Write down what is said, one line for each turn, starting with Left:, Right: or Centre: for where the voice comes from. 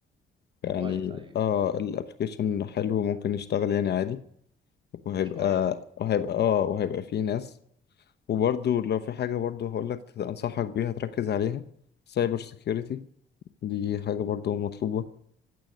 Left: يعني
Right: موبايل ايوه
Left: اه الابلكيشن حلو ممكن يشتغل يعني عادي وهيبقى
Right: شويه
Left: وهيبقى اه وهيبقى فيه ناس وبرضو لو في حاجة برضو هقولك أنصحك بيها تركز عليها سايبر سيكيورتي دي حاجة برضو مطلوبة